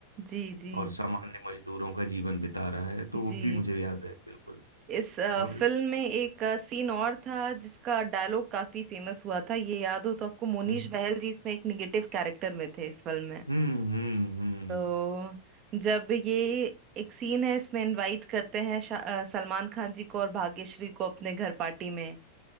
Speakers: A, on the right; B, on the right.
A: जी जी
B: और सामान्य मजदूरों का जीवन बिता रहा है तो
A: जी
B: वो भी मुझे याद है बिल्कुल
A: इस अ,
B: और
A: फिल्म में एक सीन और था जिसका डायलॉग काफी फेमस हुआ था ये याद हो तो आपको मोनीश
B: हम्म
A: बहल जी इसमें एक निगेटिव कैरेक्टर में थे इस फिल्म में
B: हम्म हम्म हम्म
A: तो जब ये एक सीन है इसमें इनवाइट करते हैं शा- अ, सलमान खान जी को और भाग्यश्री को अपने घर पार्टी में